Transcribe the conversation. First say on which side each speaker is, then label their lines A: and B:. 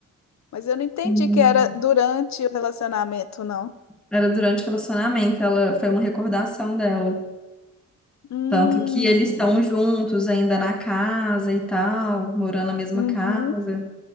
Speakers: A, on the left (about 60°); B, in the centre.
A: Mas eu não entendi
B: Hum,
A: que era durante o relacionamento, não.
B: Era durante o relacionamento, ela foi uma recordação dela.
A: Hum,
B: Tanto que eles estão juntos ainda na casa e tal, morando na mesma
A: uhum,
B: casa.